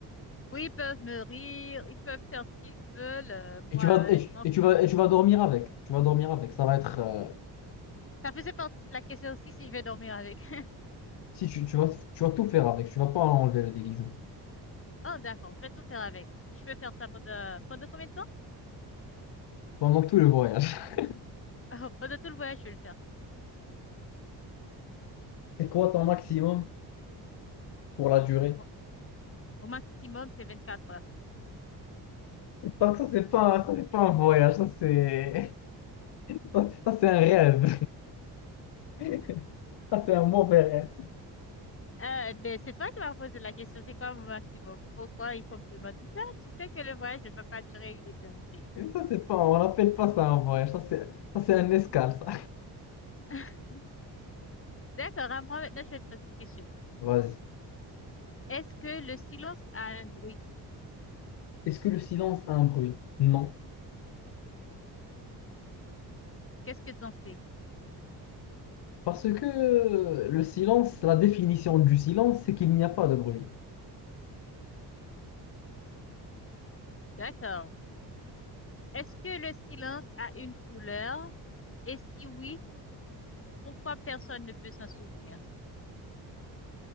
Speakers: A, on the left (about 30°); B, on the left (about 75°).
A: oui, ils peuvent me rire, ils peuvent faire ce qu'ils veulent. euh, moi,
B: Et tu vas, et
A: euh, je
B: tu,
A: m'en
B: et
A: fous.
B: tu vas, et tu vas dormir avec. Tu vas dormir avec. Ça va être, euh,
A: Ça faisait partie de la question aussi si je vais dormir avec. <laughs>
B: si tu, tu vas, tu vas tout faire avec. Tu vas pas enlever le déguisement.
A: Oh, d'accord, je vais tout faire avec. Je peux faire ça pendant, pendant combien de temps? <laughs>
B: pendant tout le voyage. <laughs>
A: Oh, pendant tout le voyage, je vais le faire.
B: C'est quoi ton maximum pour la durée?
A: Bon, mon maximum, c'est vingt-quatre heures.
B: Donc ça, c'est pas, ça, c'est pas un voyage, ça, c'est, <laughs> ça, c'est un rêve. <laughs> Ça, c'est un mauvais rêve.
A: Euh, ben, c'est toi qui m'as posé la question, c'est quoi mon maximum? Pourquoi il faut me demander ça? Tu sais que le voyage ne va pas durer une éternité.
B: Et ça, c'est pas, on n'appelle pas ça un voyage, ça, c'est, ça, c'est un escale, ça.
A: <laughs> D'accord, à moi maintenant, je vais te poser une question.
B: Vas-y.
A: Est-ce que le silence a un bruit?
B: Est-ce que le silence a un bruit? Non.
A: Qu'est-ce que t'en sais?
B: Parce que le silence, la définition du silence, c'est qu'il n'y a pas de bruit.
A: D'accord. Est-ce que le silence a une couleur? Et si oui, pourquoi personne ne peut s'en souvenir?